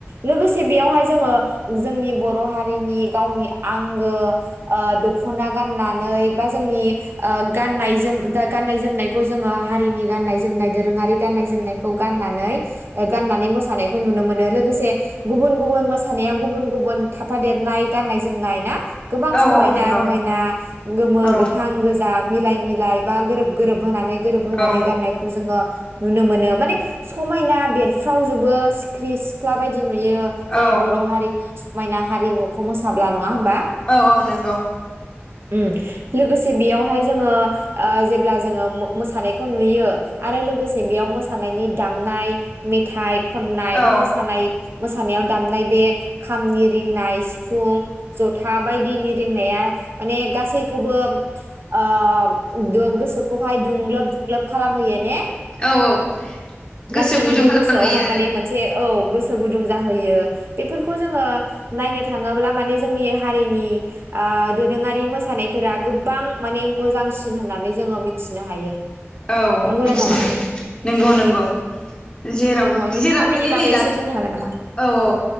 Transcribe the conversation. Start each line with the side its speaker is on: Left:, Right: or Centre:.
Right: लोगोसे बेयावहाय जोङो जोंनि बर' हारिनि गावनि आंगो ओ दखना गाननानै बा जोंनि ओ गाननाय जोम दा गाननाय जोम जोमनायखौ जोङो हारिनि गाननाय जोमनाय दोरोङारि गाननाय जोमनायखौ गाननानै-गाननानै मोसानायखौ जों नुनो मोनो लोगोसे गुबुन-गुबुन मोसानायाव गुबुन -गुबुन थाफादेरनाय गाननाय जोमनाय ना गोबां
Left: औ
Right: समायना
Left: औ नंगौ
Right: रमायना गोमो
Left: औ
Right: गोथां गोजा मिलाय मिलाय बा गोरोब गोरोबहोनानै गोरोबहानै
Left: औ
Right: गाननायखौ जोङो नुनो मोनो माने समायना बेरफ्रावजोबो सिख्रि सिख्ला बायदि नु नुयो जोंनि
Left: औ
Right: बर हारिनि समायना हारिमुखौ मोसाब्ला नो नङा होनबा?
Left: औ औ नंगौ
Right: ओम लो लोगोसे बेयावहाय जोङो आ जे अब्ला जोङो मो-मोसानायखौ नुयो आरो लोगोसे बेयाव मोसानायनि दामनाय मेथाइ खननाय
Left: औ
Right: बा मोसानाय मोसानायाव दामनाय बे खामनि रिंनाय, सिफुं, जथा बायदिनि रिंनाया माने गासैखौबो आ <unintelligible> गो सोखौहाय दुंलोब दुंलोब खालामहोयो ने?
Left: औ गोसो
Right: गासैनिबो
Left: गुदुं खालामहैयो
Right: गोसोआवहाय
Left: आरो
Right: माने मोनसे औ गोसो गुदुं जाहोयो। बेफोर बेफोरखौ जोङो नायनो थाङोब्ला माने जोंनि हारिनि आ दोरोङारि मोसा नायफोरा गोबां माने मोजांसिन होननानै जोङो मिथिनो हायो।
Left: औ
Right: नंगौना
Left: मिथिनो
Right: नङा
Left: नंगौ, नंगौ जेराव
Right: औ नोंथाङा
Left: जेरावखायनो
Right: बेनि बागै
Left: नै दाथ'
Right: एसे बुंनो हागोन नामा
Left: औ, औ